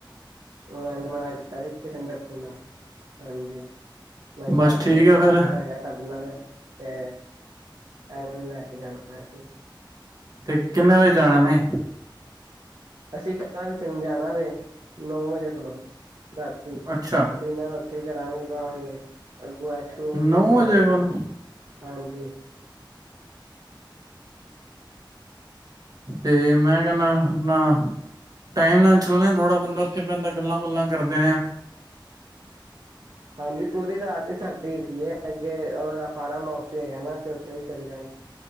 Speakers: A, on the right; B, on the right.
A: ਉਹ ਮਨਾ ਕੀਤਾ ਸੀ ਕਿਸੇ ਨੇ ਦੱਸੀ ਨਾ ਹਾਂਜੀ ਮੈਂ ਕਿਹਾ
B: ਬਸ
A: ਆਪਣੇ
B: ਠੀਕ ਹੈ
A: ਪਿਆਰ
B: ਫਿਰ
A: ਹੈਗਾ ਸਾਡੇ ਨਾਲ ਤੇ ਇਨ੍ਹਾਂ ਨੂੰ ਲੈਕੇ ਜਾਣਾ ਐ। ਮੈਸੇ
B: ਤੇ ਕਿੰਨੇ ਵਜੇ ਜਾਣਾ ਨੇ
A: ਅਸੀਂ ਕੱਲ ਚਲ ਜਾਣਾ ਵੇ ਨੌਂ ਵਜੇ ਕੋਲੋਂ ਰਾਤੀ
B: ਅੱਛਾ
A: ਡਿਨਰ ਉੱਥੇ ਈ ਕਰਾਂਗੇ, ਗਾਂ ਵੇਲੇ ਅੱਗੋਂ ਐਚੂ
B: ਨੌ
A: ਵੀ ਚਲਜਾਂਗੇਂ।
B: ਵਜੇ ਕੋਲ
A: ਹਾਂਜੀ
B: ਤੇ ਮੈਂ ਕਹਿਨਾ ਆਪਣਾ ਟਾਈਮ ਨਾਲ ਚੱਲਣੇ ਥੋੜ੍ਹਾ ਬੰਦਾ ਉਥੇ ਬੈਹੰਦਾ ਗੱਲਾਂ ਗੁੱਲਾਂ ਕਰਦੇ ਨੇ ਆ
A: ਹਾਂਜੀ ਪੂਰੀ ਰਾਤ ਹੀ ਸਰਦੀ ਦੀ ਹੈ ਅੱਗੇ ਉਹਨਾ ਦਾ ਫਾਰਮ ਹਾਊਸ ਵੀ ਹੈਗਾ ਨਾ ਤੇ ਉੱਥੇ ਵੀ ਚਲੇ ਜਾਗੇ